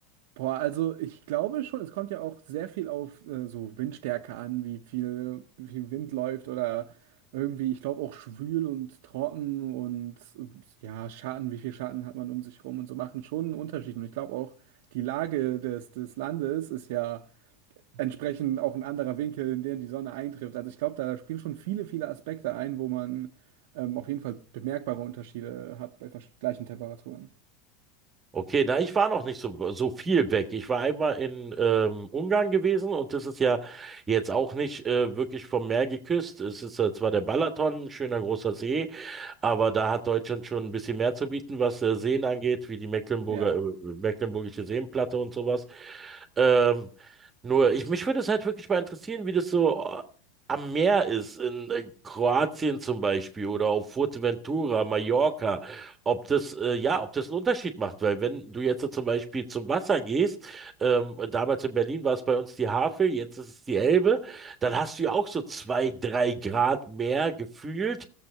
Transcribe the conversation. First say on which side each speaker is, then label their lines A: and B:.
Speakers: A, on the right (about 70°); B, on the right (about 20°).
A: Boah, also ich glaube schon, es kommt ja auch sehr viel auf äh, so Windstärke an, wie viel, wie viel Wind läuft oder irgendwie, ich glaube auch schwül und trocken und äh, ja, Schatten, wie viel Schatten hat man um sich rum und so machen schon einen Unterschied. Und ich glaube auch, die Lage des, des Landes ist ja entsprechend auch ein anderer Winkel, in dem die Sonne eintrifft. Also ich glaube, da spielen schon viele, viele Aspekte ein, wo man ähm, auf jeden Fall bemerkbare Unterschiede hat bei versch- gleichen Temperaturen.
B: Okay, na, ich war noch nicht so, so viel weg. Ich war einmal in ähm, Ungarn gewesen und das ist ja jetzt auch nicht äh, wirklich vom Meer geküsst. Es ist äh, zwar der Balaton, ein schöner großer See, aber da hat Deutschland schon ein bisschen mehr zu bieten, was äh, Seen angeht, wie die Mecklenburger,
A: Ja,
B: äh, Mecklenburgische Seenplatte und sowas. Ähm, nur, ich, mich würde es halt wirklich mal interessieren, wie das so äh, am Meer ist, in äh, Kroatien zum Beispiel oder auf Fuerteventura, Mallorca, ob das, äh, ja, ob das einen Unterschied macht, weil wenn du jetzt so zum Beispiel zum Wasser gehst, ähm, damals in Berlin war es bei uns die Havel, jetzt ist es die Elbe, dann hast du ja auch so zwei, drei Grad mehr gefühlt.